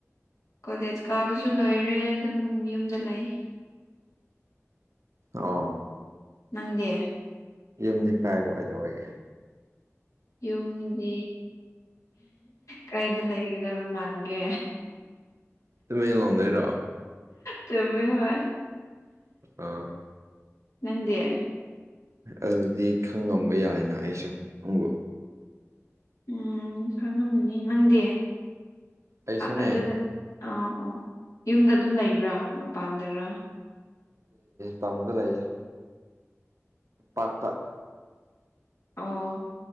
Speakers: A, on the left; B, on the right.
A: ꯀꯣꯂꯦꯖ ꯀꯥꯕꯁꯨ ꯂꯣꯏꯔꯦ ꯑꯗꯨꯝ ꯌꯨꯝꯗ ꯂꯩ
B: ꯑꯥ
A: ꯅꯪꯗꯤꯦ
B: ꯌꯨꯝꯗꯤ ꯀꯥꯏ ꯋꯥꯏꯗ ꯑꯣꯏꯒꯦ
A: ꯌꯨꯝꯗꯤ ꯀꯗꯥꯗ ꯂꯩꯒꯗꯕ ꯃꯥꯟꯒꯦ
B: ꯇ ꯃ ꯂꯥꯗ ꯔ
A: ꯆꯃꯦ ꯍ
B: ꯑ
A: ꯅꯪꯗꯤꯦ
B: ꯑꯗꯨꯗꯤ ꯈꯪ ꯉꯝꯕ ꯌꯥꯏꯅ ꯑꯩꯁꯨ ꯅꯪꯕꯨ
A: ꯎꯝ ꯈꯪꯉꯝꯃꯅꯤ ꯅꯪꯗꯤ
B: ꯑꯩꯁꯨꯅꯦ
A: ꯑꯗꯨꯗ ꯑꯥ ꯑꯥ ꯌꯨꯝꯗ ꯑꯗꯨꯝ ꯂꯩꯕ꯭ꯔꯥ ꯃꯄꯥꯟꯗꯔ
B: ꯇꯝꯗ ꯂ ꯂꯩꯌꯦ ꯄꯥꯄ
A: ꯑꯣ